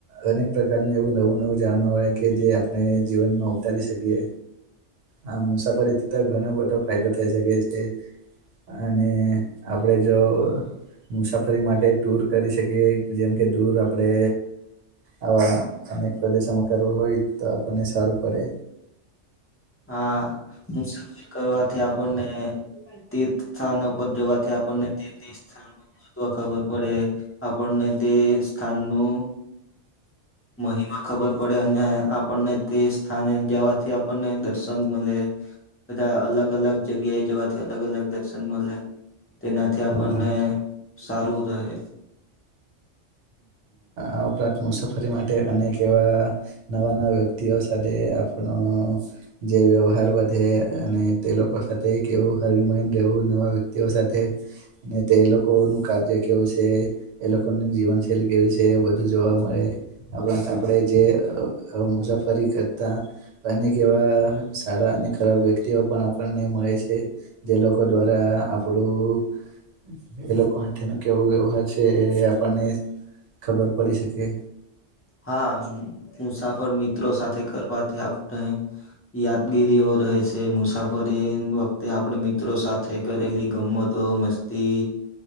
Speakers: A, on the right; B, on the left.
A: અનેક પ્રકારનું એવું નવું નવું જાણવા મળે. કે જે આપણે જીવનમાં ઉતારી શકીએ, આ મુસાફરીથી ત ઘણો બધો, ફાયદો થઈ શકે છે. અને આપડે જો, મુસાફરી માટે ટૂર કરી શકીએ જેમ કે, દૂર આપડે, આવા અનેક પ્રદેશમાં કરવું હોય તો આપણને સારું પડે
B: હા મુસાફિર કરવાથી આપણને તીર્થ સ્થાન ઉપર જવાથી આપણને તીર્થ સ્થાન ન મહત્વ ખબર પડે આપણને તે સ્થાન નું મહિમા ખબર પડે અને આપને તે સ્થાને જવાથી આપણને દર્શન મળે બધા અલગ અલગ જગ્યાએ જવાથી અલગ અલગ દર્શન મળે તેનાથી આપણને
A: હા
B: સારું રહે
A: આરાંત મુસાફરી માટે અનેક એવા નવા નવા વ્યક્ વ્યક્તિઓ સાથે આપણો જે વ્યવહાર વધે અને તે લોકો સાથે કેવું હરમન રહેવું નવા વ્યક્તિઓ સાથે અને તે લોકો નું કાર્ય કેવું છે ઇ લોકોની જીવનશૈલી કેવી છે બધું જોવા મળે આપ આપણેે જે મુસાફરી કરતા અનેક એવા સારા અને ખરાબ પણ આપણને મળે છે જે લોકો દ્વારા આપડું એ લોકો તેનો કેવો વ્યવહાર છે એ આપણને ખબર પડી શકે.
B: હા મુસાફર મિત્રો સાથે કરવાથી આપણે યાદગીરી ઓ રહે છે મુસાફ ફરી વખતે આપડ મિત્રો સાથે કરેલી ગમમતો મસ્તી